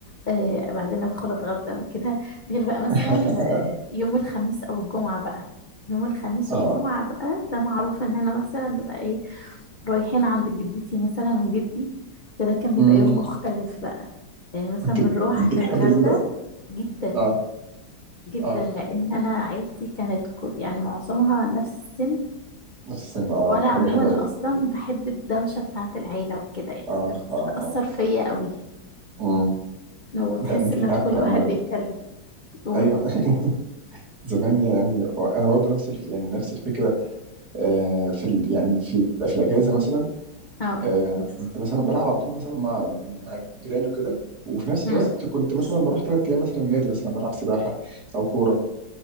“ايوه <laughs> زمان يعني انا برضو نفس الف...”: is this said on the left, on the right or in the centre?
Right